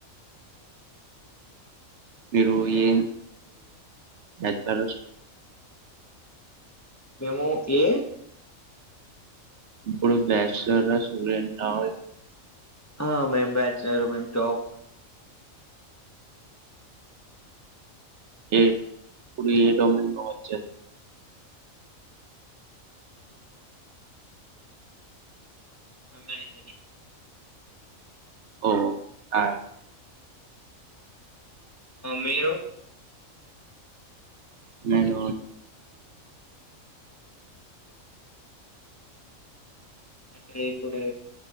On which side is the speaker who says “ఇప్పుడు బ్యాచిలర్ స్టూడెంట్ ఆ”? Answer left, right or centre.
Right